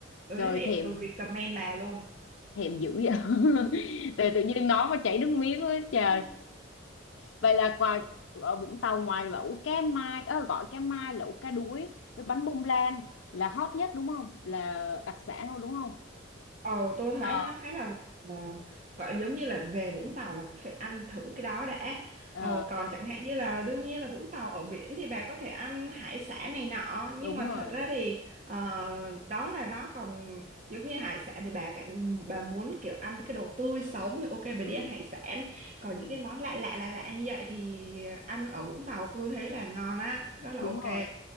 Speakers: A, on the right (about 35°); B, on the left (about 75°).
A: tôi
B: trời,
A: nói thiệt
B: thèm
A: tôi recommend bà luôn
B: thèm dữ vậy <laughs> Tự tự nhiên nói mà chảy nước miếng quá trời
A: Ừ.
B: vậy là ngoài ở Vũng Tàu ngoài lẩu cá mai ơ gọi cá mai lẩu cá đuối với bánh bông lan là hot nhất đúng không là đặc sản thôi đúng không
A: Ờ tôi thấy
B: ờ
A: nó khá là ờ, gọi giống như là về Vũng Tàu là cứ phải ăn thử cái đó đã
B: ờ
A: ờ, còn chẳng hạn như là đương nhiên là Vũng Tàu ở biển thì bà có thể ăn hải sản này nọ nhưng
B: đúng
A: mà
B: rồi
A: thật ra thì ờ, đó là nó còn giống như hải sản thì bà cảm bà muốn kiểu ăn cái đồ tươi sống thì ok bà
B: ừ
A: đi ăn hải sản còn
B: ừ
A: những cái món lạ lạ lạ lạ như vậy thì ăn ở Vũng Tàu tôi thấy là ngon á rất là
B: đúng
A: ok
B: rồi